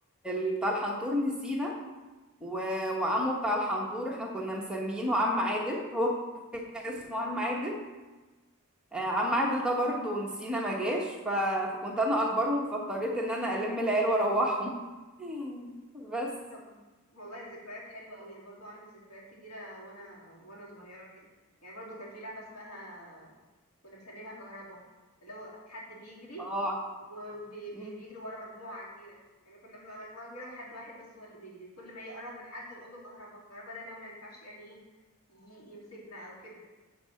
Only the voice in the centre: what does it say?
ال- بتاع الحنطور نسينا و... وعمه بتاع الحنطور احنا كنا مسمينه عم عادل هو كان اسمه عم عادل آه، عم عادل ده برضه نسينا ما جاش ف... فكنت انا اكبرهم فاضطريت ان انا الم العيال واروحهم <laughs> بس
اه
مم.